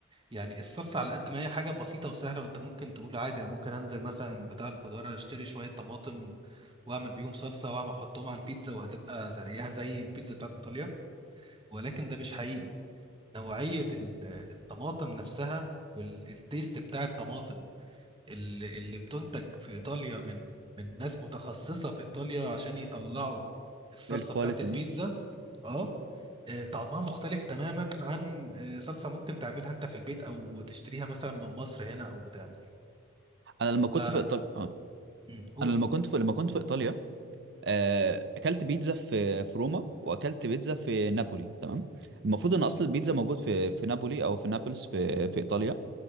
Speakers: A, on the right; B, on the right.
A: يعني الصلصة على قد ما هي حاجة بسيطة وسهلة وأنت ممكن تقول عادي أنا ممكن أنزل مثلا بتاع الخضار أشتري شوية طماطم وأعمل بيهم صلصة وأعمل أحطهم على البيتزا وهتبقى زيها زي البيتزا بتاعت إيطاليا ولكن ده مش حقيقي نوعية ال- الطماطم نفسها والتيست بتاع الطماطم اللي اللي بتنتج في ايطاليا من من ناس متخصصه في ايطاليا عشان يطلعوا الصلصه
B: ايه الكواليتي
A: بتاعت البيتزا
B: دي
A: اه آه، طعمها مختلف تماما عن آه، صلصه ممكن تعملها انت في البيت او تشتريها مثلا من مصر هنا او بتاع
B: انا لما كنت
A: ف
B: في ايطاليا
A: مم، قول
B: انا لما كنت في لما كنت في ايطاليا آه، اكلت بيتزا في في روما واكلت بيتزا في نابولي تمام المفروض ان اصل البيتزا موجود في في نابولي او في نابلس في في ايطاليا